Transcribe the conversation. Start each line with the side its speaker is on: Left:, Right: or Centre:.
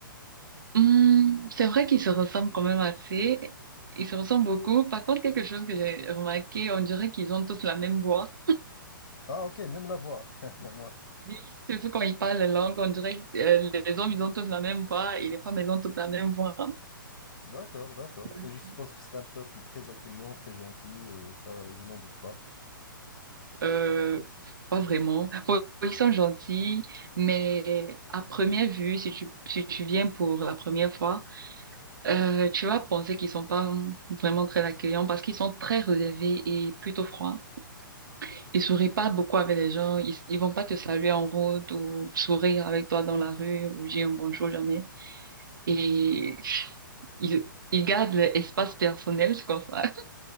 Right: Hmm, c'est vrai qu'ils se ressemblent quand même assez. Ils se ressemblent beaucoup. Par contre, quelque chose que j'ai remarqué, on dirait qu'ils ont tous la même voix.
Left: Ah, ok, même la voix. <laughs> Moi.
Right: Oui. Surtout quand ils parlent la langue, on dirait que euh, les hommes, ils ont tous la même voix et les femmes, elles ont toutes la même voix.
Left: D'accord, d'accord.
Right: Donc,
Left: Et je suppose que c'est un peuple très accueillant, très gentil, euh, ça, je n'en doute pas.
Right: euh, pas vraiment. Bon, ils sont gentils, mais à première vue, si tu, si tu viens pour la première fois, euh, tu vas penser qu'ils sont pas vraiment très accueillants parce qu'ils sont très relevés et plutôt froids. Ils sourient pas beaucoup avec les gens. Ils, ils vont pas te saluer en route ou sourire avec toi dans la rue ou dire un bonjour jamais. Et ils, ils gardent l'espace personnel, c'est comme ça.